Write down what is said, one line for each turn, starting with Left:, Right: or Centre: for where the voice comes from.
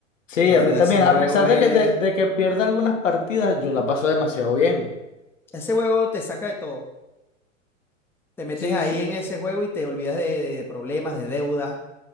Left: sí,
Centre: De
Left: a
Centre: verdad,
Left: mí también.
Centre: ese juego
Left: A pesar
Centre: es.
Left: de que, de, de que pierda algunas partidas, yo la paso demasiado bien.
Centre: Ese juego te saca de todo. Te metes
Left: Sí,
Centre: ahí
Left: sí.
Centre: en ese juego y te olvidas de, de problemas, de deudas,